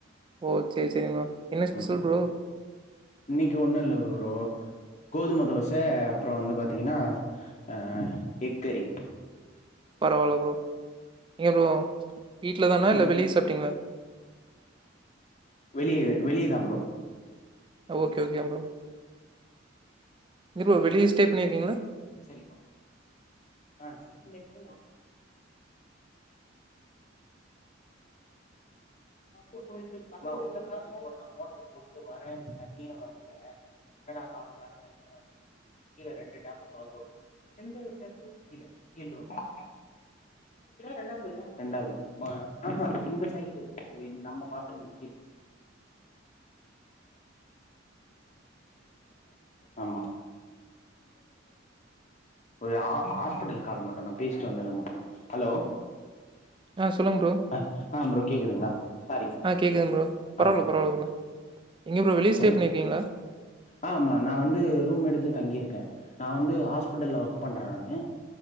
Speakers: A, on the right (about 25°); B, on the left (about 35°).
A: ஓ சேரி சேரிங்க ப்ரோ என்ன ஸ்பெஷல்
B: உம்
A: ப்ரோ
B: இன்னைக்கு ஒண்ணு இல்ல ப்ரோ கோதும தோஸ் தே அப்றோ வந்து பாத்தீங்கன்னா அ எக்கறி
A: பரவால்ல ப்ரோ இங்க ப்ரோ வீட்ல தானா
B: ஒரு
A: இல்ல
B: நிமிஷோ
A: வெளிய சாப்ட்டீங்ளா
B: வெளிய வெளியதாம்
A: ஓகே ஓகேங் ப்ரோ எங்க ப்ரோ வெளிய ஸ்டே பண்ணிருக்கீங்களா
B: செரிமா. ஆ செரி மா அவ்ங்க மா ஒரு நாள் போட்டான் மொட்டர் போட்டு வரே தண்ணியே வர்ல என்னடா கால் மண் நேரோ தண்ணியே வர்ல <unintelligible> கீழ ரெண்டு டேப்பூ தொறந்துவுட் <unintelligible> கீழ கீழ் ரூம்ல ரெண்டாது மா ஆ ஹா இந்த சைட்லிருந்து இந்த் நம்ம பாத்ரூம்மு ஆமா ஒரு ஆ ஆஸ்பிட்டல் கால் மட்டுதா பேசிட்டு வந்தர்றே மா ம் ஹலோ
A: ஆ சொல்லுங் ப்ரோ
B: ஆ ஆ ப்ரோ கேக்குதுங்களா சாரி
A: ஆ கேக்குது ப்ரோ பரவால்ல
B: ஆமாமா
A: பரவால்ல ப்ரோ எங்கே ப்ரோ வெளிய
B: சொல்லுங்க
A: ஸ்டே பண்ணிருக்கீங்ளா
B: ஆ ஆமா நா வந்து ரூம் எடுத்து தங்கிருக்கே நா வந்து ஆஸ்பிட்டல்ல ஒர்க் பண்றே நானு